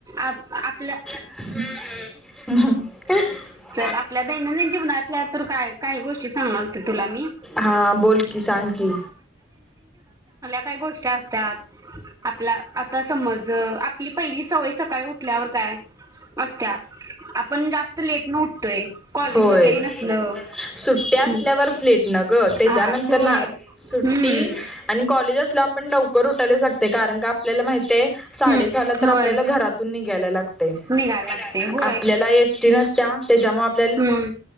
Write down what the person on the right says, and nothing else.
आप आपल्या.
चल आपल्या दैनंदिन जीवनातल्या, तर काय काही गोष्टी सांगणार होते तुला मी.
काय गोष्टी असतात, आपला आता समज आपली पहिली सवय सकाळी उठल्यावर काय असत्या. आपण जास्त लेटनं उठतोय. कॉलेज
वगैरे नसलं
हम्म
हा होय
हम्म
हम्म
होय
निघायला लागते होय
हम